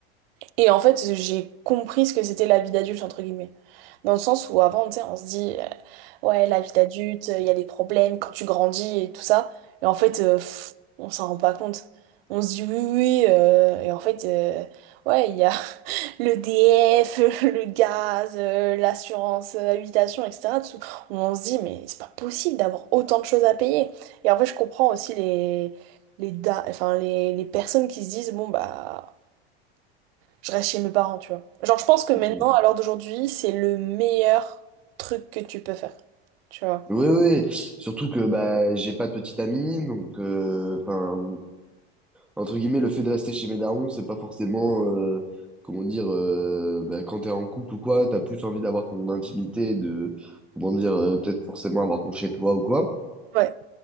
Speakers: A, on the right; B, in the centre.
A: Et en fait, j'ai compris ce que c'était la vie d'adulte, entre guillemets. Dans le sens où avant, tu sais, on se dit, euh, ouais, la vie d'adulte, il y a des problèmes quand tu grandis et tout ça. Et en fait, euh, pff, on s'en rend pas compte. On se dit, oui, oui, oui, euh, et en fait, euh, ouais, il y a <laughs> le DF, le gaz, euh, l'assurance, euh, habitation, etc. Tout- on se dit, mais c'est pas possible d'avoir autant de choses à payer. Et en fait, je comprends aussi les, les, da- enfin, les, les personnes qui se disent, bon, bah. Je reste chez mes parents, tu vois. Genre, je pense que
B: Mhm.
A: maintenant, à l'heure d'aujourd'hui, c'est le meilleur truc que tu peux faire. Tu vois.
B: Oui, oui. Surtout que bah j'ai pas de petite amie, donc euh, enfin entre guillemets le fait de rester chez mes darons, c'est pas forcément euh, comment dire euh, bah, quand t'es en couple ou quoi, t'as plus envie d'avoir ton intimité, de comment dire euh, peut-être forcément avoir ton chez toi ou quoi.
A: Ouais,